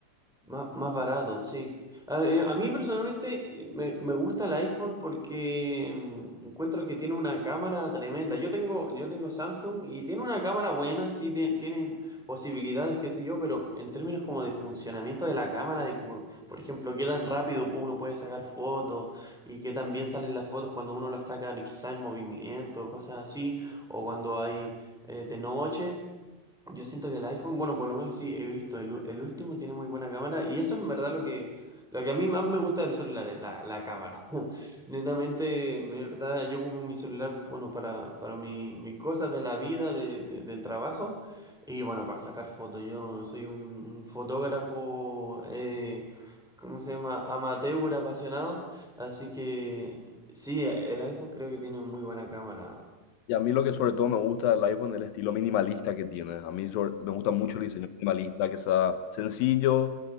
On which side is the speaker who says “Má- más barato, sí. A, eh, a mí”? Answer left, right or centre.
Centre